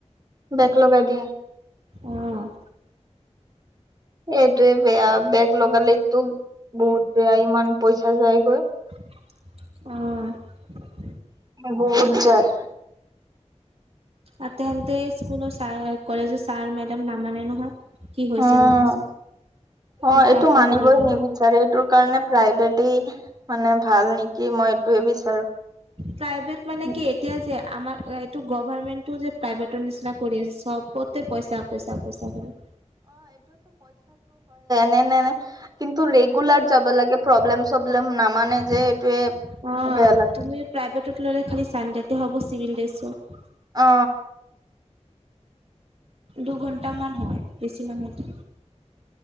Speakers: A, on the right; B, on the right.
A: বেক লগাই দিয়ে।
B: অ'।
A: সেইটোৱে বেয়া, বেক লগালেটো বহুত বেয়া, ইমান পইচা যায়গৈ।
B: অ'।
A: বহুত যায়।
B: আৰু তেন্তে স্কুলৰ ছাৰ, কলেজৰ ছাৰ মেডাম নামানে নহয়। কি হৈছে
A: উম,
B: নহৈছে
A: অ',
B: উল্টা
A: এইটো
B: আকৌ
A: মানিবই
B: হেৰি কৰে
A: নিবিচাৰে এইটোৰ কাৰণে প্ৰাইভেট মানে ভাল নেকি, মই এইটোয়ে বিচাৰো।
B: প্ৰাইভেট মানে কি এতিয়া যে আমাৰ এইটো গভাৰমেণ্টও যে প্ৰাইভেটৰ নিচিনা কৰি আছে, চবতে পইচা, পইচা, পইচা কৰি।
A: ন', কিন্তু ৰেগুলাৰ যাব লাগে, প্ৰব্লেম চব্লেম নামানে যে। এইটোয়ে
B: অ',
A: বেয়া লাগে
B: তুমি প্ৰাইভেটত ল'লে খালি চানডেতো হ'ব চিভিল ড্ৰেছত।
A: অ
B: দুঘণ্টামান হয় বেছি নহয়তো।